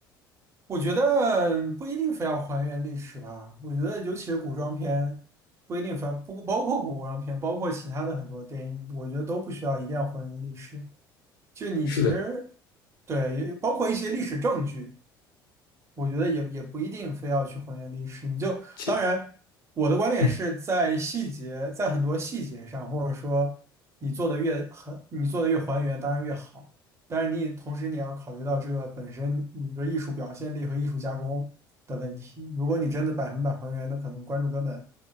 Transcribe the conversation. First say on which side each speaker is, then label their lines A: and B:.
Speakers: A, on the right; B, on the left.
A: 我觉得不一定非要还原历史吧。我觉得，尤其是古装片，不一定非要不包括古装片，包括其他的很多电影，我觉得都不需要一定要还原历史。就你其实
B: 是的，
A: 对，包括一些历史证据，我觉得也也不一定非要去还原历史，你就当然，
B: 其
A: 我的观点是在细节，
B: 嗯，
A: 在很多细节上，或者说你做的越很，你做的越还原，当然越好。但是你也同时你要考虑到这个本身你的艺术表现力和艺术加工的问题。如果你真的百分百还原，那可能观众根本